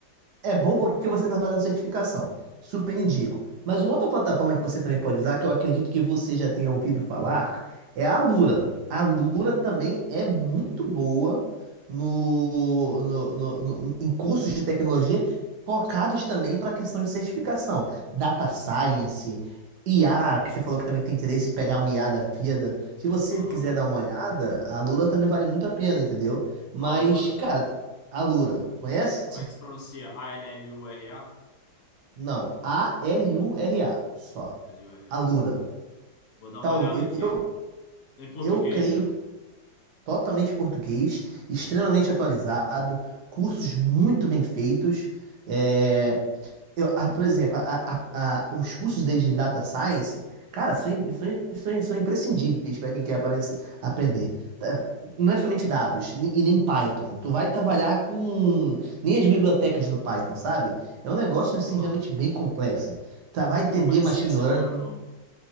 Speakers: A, on the right; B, on the left.
A: É bom porque você está fazendo certificação. Super indico. Mas uma outra plataforma que você também pode usar, que eu acredito que você já tenha ouvido falar, é a Alura. A Alura também é muito boa no, no- no- no- em cursos de tecnologia focados também para a questão de certificação. Data Science, IA, que você falou que também tem interesse de pegar um IA da vida. Se você
B: aham.
A: quiser dar uma olhada, a Alura também vale muito a pena, entendeu? Mas,
B: Alura,
A: cara, a Alura, conhece?
B: como é que se pronuncia? A-L-L-U-R-A?
A: Não, A-L-U-R-A, só.
B: L-U-R-A.
A: Alura.
B: Vou dar
A: Tal,
B: uma olhada
A: eu,
B: aqui.
A: eu
B: É em português,
A: eu creio
B: né?
A: totalmente português, extremamente atualizado, cursos muito bem feitos. É, eu, ah, por exemplo, a- a- a- os cursos deles de Data Science, cara, são, im- são, im- são, im- são imprescindíveis para quem quer aparece- aprender. Tá, Não é somente dados, ne- e nem Python. Tu vai trabalhar com nem as bibliotecas do Python, sabe? É um negócio assim
B: Aham.
A: realmente bem complexo. Tá, vai entender
B: Eu não conhecia
A: machine
B: esse
A: learning.
B: Alura, não.